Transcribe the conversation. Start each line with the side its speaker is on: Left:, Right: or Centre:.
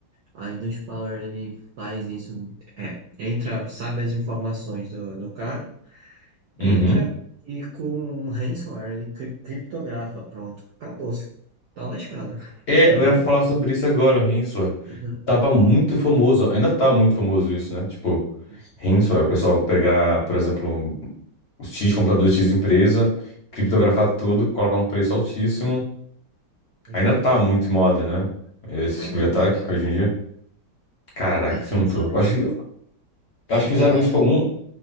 Right: aí do spyware ele faz isso, é, entra, sabe as informações do, do cara, entra
Left: Uhum.
Right: e com um ransomware ele cri- criptografa, pronto, acabou-se. Tá lascado, <laughs>
Left: É,
Right: sabia?
Left: eu ia falar sobre isso agora, o Rinsua.
Right: Exato,
Left: Tava muito famoso, ainda tá muito famoso isso, né? Tipo,
Right: isso,
Left: Rinsua, o pessoal pegar, por exemplo, os X computador X empresa, criptografar tudo, colocar um preço altíssimo.
Right: exato.
Left: Ainda tá muito em moda, né? Esse
Right: Ainda
Left: tipo de ataque
Right: tá igual.
Left: hoje em dia. Caraca,
Right: Aqueles,
Left: isso é muito louco.
Right: ah,
Left: Eu Acho, que- eu
Right: sem
Left: acho
Right: falar,
Left: que fizeram isso
Right: né?
Left: com algum.